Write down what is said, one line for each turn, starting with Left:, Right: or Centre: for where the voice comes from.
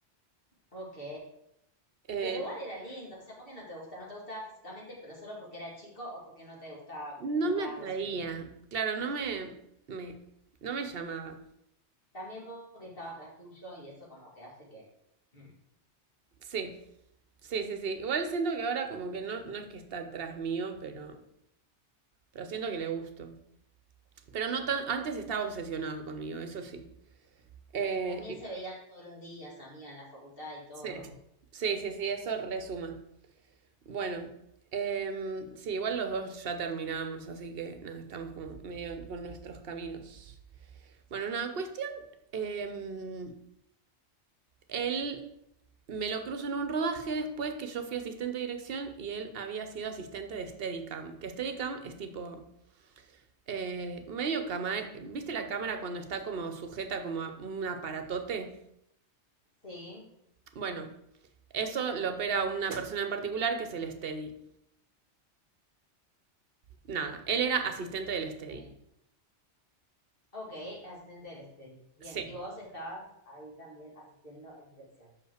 Left: Ok,
Right: Eh,
Left: Pero igual era Sí. lindo, o sea, ¿por qué no te gustaba? No te gustaba físicamente, pero solo porque era chico o porque no te gustaban
Right: no
Left: los rasgos
Right: me atraía.
Left: y eso.
Right: Claro, no me, me, no me llamaba.
Left: También porque estaba atrás tuyo y eso como que hace que... Mm.
Right: Sí, sí, sí, sí. Igual siento que ahora como que no, no es que está atrás mío, pero, pero siento que le gusto. Pero no tan, antes estaba obsesionado conmigo, eso sí. Eh,
Left: También
Right: y-
Left: se veían todos los días, amiga, en la facultad y todo.
Right: sí, sí, sí, sí, eso resuma. Bueno, em, sí, igual los dos ya terminamos, así que nada, estamos como medio con nuestros caminos. Bueno, nada, cuestión, em, él me lo cruzo en un rodaje después que yo fui asistente de dirección y él había sido asistente de Steadicam, que Steadicam es tipo... eh, medio cámara, ¿viste la cámara cuando está como sujeta como a un aparatote?
Left: Sí,
Right: Bueno, Eso lo opera una persona en particular que es el Steady. Nada, él era asistente del
Left: ok.
Right: Steady.
Left: Ok, asistente del steady. Bien,
Right: Sí,
Left: y vos estabas ahí también asistiendo en dirección.